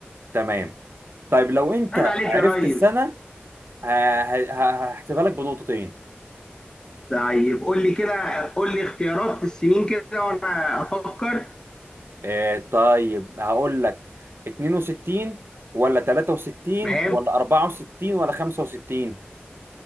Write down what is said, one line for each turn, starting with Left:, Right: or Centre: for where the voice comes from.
Right: تمام طيب لو انت
Left: عيب عليك
Right: عرفت
Left: يا ريس
Right: السنة ه- ه- ه- هحسبها لك بنقطتين
Left: طيب قول لي كده قول لي اختيارات في السنين كده وانا افكر
Right: آه، طيب هقول لك 62 ولا 63
Left: تمام
Right: ولا 64 ولا 65